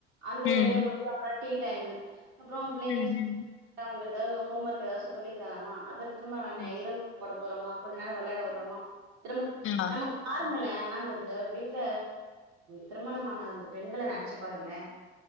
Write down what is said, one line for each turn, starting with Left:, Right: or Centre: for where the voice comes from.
Right: அந்த
Left: ம்.
Right: வேலைய முடிச்ச <unintelligible> டீ டைமு அப்புறம் பிள்ளைங்க
Left: ம்,
Right: <unintelligible>
Left: ம்.
Right: வட்டா உங்க ஏதாவது ஹோம் ஒர்க் ஏதாவது சொல்லி தராமா அது திரும்ப நானு
Left: ம்.
Right: இரவு படு கொஞ்சநேரம் விளையாட விடுறமா திரும்ப
Left: ஆ
Right: நமக்கு பாருங்களே ஆனந்த <unintelligible> வீட்ல திருமணமான அந்த பெண்களை நினைச்சு பாருங்களேன்